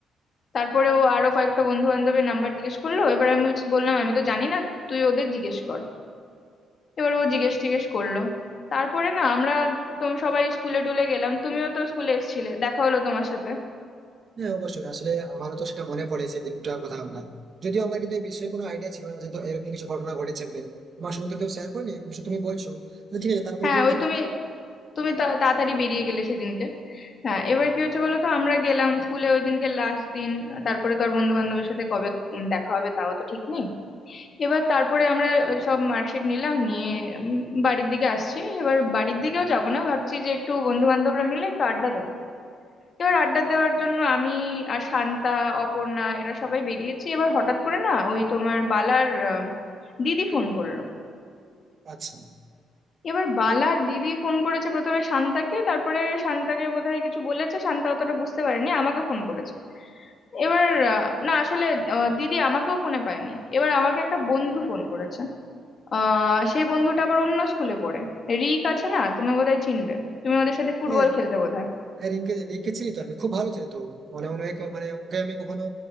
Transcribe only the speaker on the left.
তারপরে ও আরো
কয়েকটা বন্ধু বান্ধবের নাম্বার জিজ্ঞেস করলো এবার আমি বলছি- বললাম আমি তো জানি না তুই ওদের জিজ্ঞেস কর এবার ও জিজ্ঞেস টিজ্ঞেস করলো তারপরে না আমরা তুমি সবাই স্কুলে টুলে গেলাম তুমিও তো স্কুলে এসেছিলে দেখা হলো তোমার সাথে
হ্যাঁ
ওই তুমি তুমি তা- তাড়াতাড়ি বেরিয়ে গেলে সেদিনকে হ্যাঁ এবার কি হচ্ছে বলো তো আমরা গেলাম স্কুলে ওই দিনকে লাস্ট দিন তারপরে তো আর বন্ধু বান্ধবের সাথে কবে উম দেখা হবে তাও তো ঠিক নেই এবার তারপরে আমরা সব মার্কশিট নিলাম নিয়ে উম বাড়ির দিকে আসছি এবার বাড়ির দিকেও যাব না ভাবছি যে একটু বন্ধু বান্ধবরা মিলে একটু আড্ডা দেবো এবার আড্ডা দেওয়ার জন্য আমি আর শান্তা অপর্ণা এরা সবাই বেরিয়েছি এবার হঠাৎ করে না ওই তোমার বালার আহ, দিদি ফোন করলো
এবার বালার দিদি ফোন করেছে প্রথমে শান্তাকে তারপরে শান্তাকে বোধহয় কিছু বলেছে শান্তা অতটা বুঝতে পারেনি আমাকে ফোন করেছে এবার আহ, না আসলে আহ, দিদি আমাকেও ফোনে পায়নি এবার আমাকে একটা বন্ধু ফোন করেছে আহ সেই বন্ধুটা আবার অন্য স্কুলে পড়ে রিক আছে না তুমি বোধহয় চিনবে তুমি ওদের সাথে ফুটবল
খেলতে বোধহয়